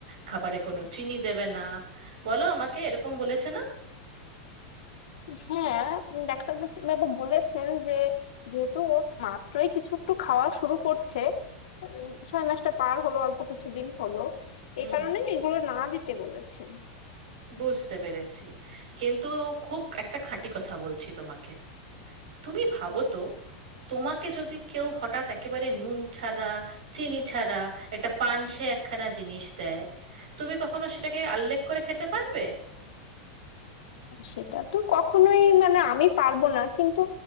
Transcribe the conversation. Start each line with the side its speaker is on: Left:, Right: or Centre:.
Right: খাবারে কোনো চিনি দেবে না বলো আমাকে এরকম বলেছে না
Left: হ্যাঁ উম, ডাক্তার বাস- বাবু বলেছেন যে যেহেতু ও মাত্রই কিছু একটু খাওয়া শুরু করছে উম, ছয় মাসটা পার হলো অল্প কিছুদিন হলো
Right: হুম
Left: এই কারণে এগুলো না দিতে বলেছে
Right: বুঝতে পেরেছি কিন্তু খুব একটা খাঁটি কথা বলছি তোমাকে তুমি ভাবো তো তোমাকে যদি কেউ হঠাৎ একেবারে নুন ছাড়া চিনি ছাড়া একটা পানসে একখানা জিনিস দেয় তুমি কখনো সেটাকে আল্লেখ করে খেতে পারবে
Left: আর সেটা তো কখনোই মানে আমি পারবো না কিন্তু